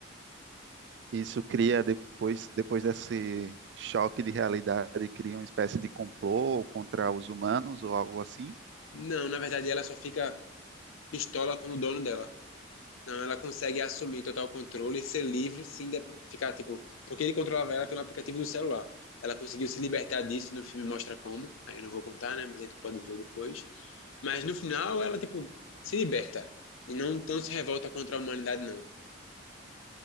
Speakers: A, on the right; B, on the left.
A: Isso cria depois, depois desse choque de realidade, cria uma espécie de complô contra os humanos ou algo assim.
B: Não, na verdade, ela só fica pistola com o dono dela. Não, ela consegue assumir total controle e ser livre, sim, ficar tipo, porque ele controlava ela pelo aplicativo do celular. Ela conseguiu se libertar disso, no filme mostra como. Aí eu não vou contar, né? Mas aí tu pode ver depois. Mas no final ela tipo se liberta e não tão se revolta contra a humanidade não.